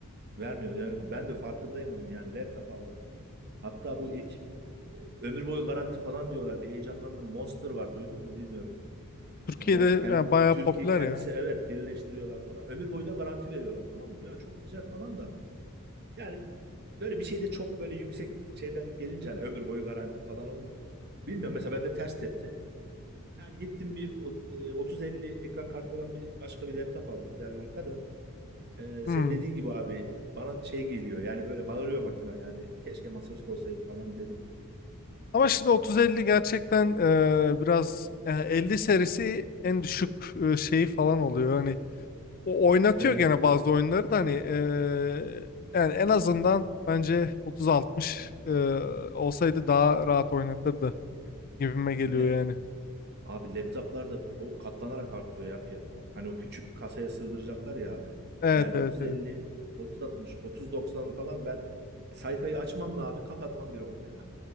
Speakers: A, on the right; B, on the left.
A: Vermiyor, vermiyor. Ben de farkındayım onun. Yani laptop aldım. Hatta bu ilk e, ömür boyu garanti falan diyorlar. Bir heyecanlandım. Monster var. Duydun mu bilmiyorum. İşte
B: Türkiye'de
A: Monster kendi
B: yani bayağı
A: Türkiye
B: popüler
A: kendisi
B: ya.
A: evet birleştiriyorlar falan. Ömür boyu da garanti veriyorlar tamam mı? Ya çok güzel falan da. Yani Böyle bir şey de çok böyle yüksek şeyden gelince hani ömür boyu garanti falan olunca bilmiyorum mesela bende ters tepti. Yani gittim bir o- e, 30-50 ekran kartı olan bir başka bir laptop aldım Dell marka da. E,
B: Hmm.
A: senin dediğin gibi abi bana şey geliyor yani böyle bağırıyor makina yani keşke masaüstü olsaydı falan dedim.
B: Ama şimdi otuz 50 gerçekten e, biraz e, 50 serisi en düşük e, şeyi falan oluyor. Hani O oynatıyor
A: E,
B: gene bazı oyunları da hani eee, yani en azından bence otuz altmış eee, olsaydı daha rahat oynatırdı gibime geliyor
A: ya,
B: yani.
A: abi laptoplarda o katlanarak artıyor ya fiyatlar. Hani o küçük kasaya sığdıracaklar ya abi.
B: Evet
A: Yani 30-50,
B: evet evet.
A: 30-60, 30-90 falan ben sayfayı açmamla abi kapatmam bir oldu ya.